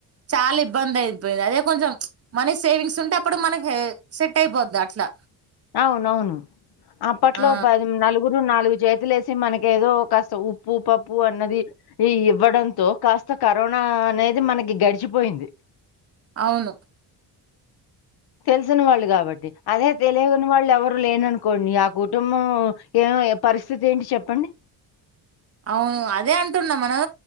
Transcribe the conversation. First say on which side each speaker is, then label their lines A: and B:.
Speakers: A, on the right; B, on the left.
A: చాలా ఇబ్బంది అయిపోయింది అదే కొంచెం మనీ సేవింగ్స్ ఉంటే అప్పుడు మనకి సెట్ అయిపోది అట్లా
B: అవునవును అప్పట్లో
A: ఆ
B: పది నలుగురు నాలుగు జ వలేసి మనక ఏదో కాస్త ఉ ప్పు పప్పు అన్నది ఈ ఇవ్వడంతో కాస్త కరోనా అనేది మనకి గడిచిపోయింది
A: అవును
B: తెలిసిన వాళ్ళు కాబట్టి అదే తెలియని వాళ్ళు ఎవరు లేననుకోండి ఆ కుటుంబం ఏ పరిస్థితి ఏంటి చెప్పండి
A: అవును అదే అంటున్నాం మనం